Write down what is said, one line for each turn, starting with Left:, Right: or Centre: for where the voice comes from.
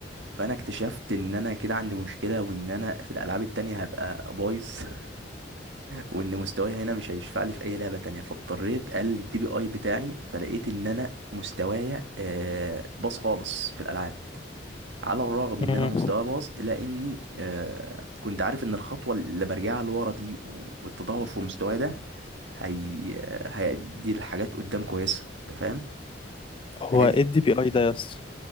Right: فانا اكتشفت ان انا كده عندي مشكله وان انا في الالعاب التانية هبقى بايظ <laughs> وان مستواي هنا مش هيشفع لي في اي لعبه تانية فاضطريت اقلل الدي بي اي بتاعي فلقيت ان انا مستوايا آه باظ خالص في الالعاب على الرغم
Left: مم.
Right: ان انا مستواي باظ الا اني آه كنت عارف ان الخطوه اللي برجعها لورا دي والتدهور في مستواي ده هي هيدي الحاجات قدام كويسه انت فاهم
Left: هو
Right: فهي دي
Left: ايه الدي بي اي ده يا اسطى